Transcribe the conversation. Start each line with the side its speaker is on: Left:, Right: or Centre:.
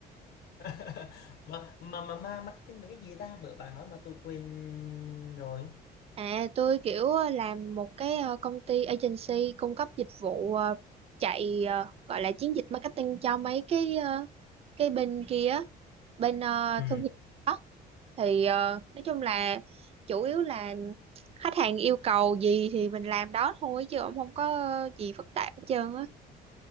Left: <laughs> mà mà mà mà marketing về cái gì ta bữa bà nói mà tôi quên rồi
Right: À tôi kiểu ờ, làm một cái ờ, công ty agency cung cấp dịch vụ ờ, chạy ờ, gọi là chiến dịch marketing cho mấy cái ờ, cái bên kia á, bên ờ,
Left: ừ
Right: thương hiệu thì ờ, nói chung là chủ yếu là khách hàng yêu cầu gì thì mình làm đó thôi chứ cũng không có gì phức tạp hết trơn á.